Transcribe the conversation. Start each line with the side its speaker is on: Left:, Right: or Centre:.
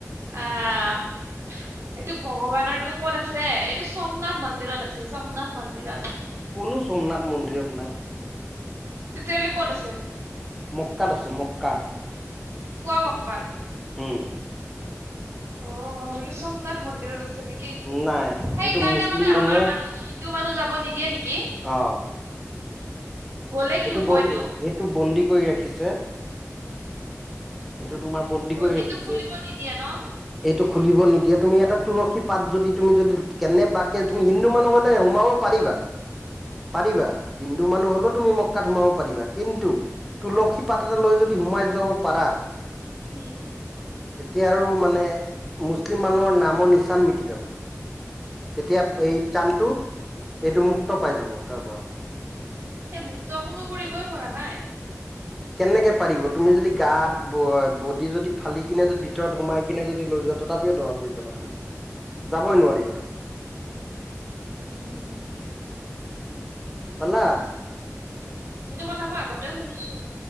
Right: আহ' এইটো ভগৱানৰ এইটো ক'ত আছে এই। টো সোমনাথ মন্দিৰত আছে সোমনাথ মন্দিৰত।
Centre: কোনো সোমনাথ মন্দিৰত নাই।
Right: তেতিয়াহ'লে ক'ত আছে?
Centre: মক্কাাত আছে মক্কা।
Right: পুৱা মক্কাত।
Centre: উম'।
Right: অ' মই ভাবিলোঁ সোমনাথ মন্দিৰত আছে নেকি সেইকাৰণে
Centre: নাই সেইটো মুছলিম
Right: মানে
Centre: মানুহে
Right: আমাৰ মানুহখিনি- টো মানুহ যাব নিদিয়ে নেকি?
Centre: অঁ
Right: গ'লে
Centre: সেইটো
Right: কি হব
Centre: বন্দী,
Right: এইটো
Centre: সেইটো বন্দী কৰি ৰাখিছে এইটো তোমাৰ- বন্দী
Right: বন্দীটো
Centre: কৰি ৰাখিছে।
Right: খুলিব নিদিয়ে ন
Centre: এইটো খুলিব নিদিয়ে তুমি এটা তুলসী পাত যদি তুমি যদি কেনে বাকে তুমি হিন্দু মানুহ হলে সোমাও। পাৰিবা, পাৰিবা হিন্দু মানুহ হলেও তুমি ম- মক্কাত সোমাব পাৰিবা, কিন্তু তুলসী পাত এটা লৈ যদি সোমাই যাব পাৰা,
Right: উম'
Centre: তেতিয়া আৰু মানে মুছলিম মানুহৰ নামৰ নিচান মিটি যাব। তেতিয়া এই চানটো এইটো
Right: উম
Centre: মুক্ত পাই যাব তাৰ পৰা-
Right: সেই মুক্ত কোনোও কৰিবই পৰা নাই।
Centre: কেনেকে পাৰিব তুমি যদি গাত ব বডি যদি ফালি কিনে যদি ভিতৰত সোমাই কিনে যদি লৈ যোৱা। তথাপিও ধৰা পৰি যাবা তুমি যাবই নোৱাৰিবা তাত।
Right: উম'।
Centre: গম পালা।
Right: সেইটো কথা মই আগতেও শুনিছো।